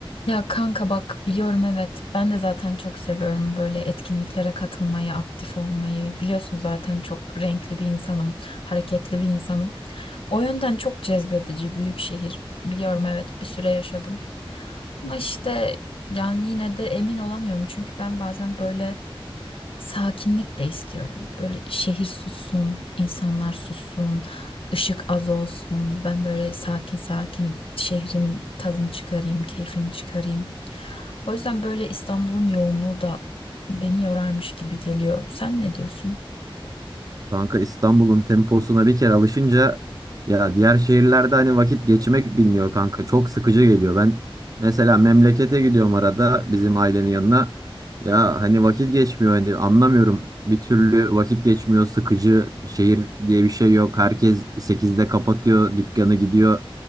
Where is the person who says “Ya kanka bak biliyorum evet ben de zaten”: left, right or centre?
Left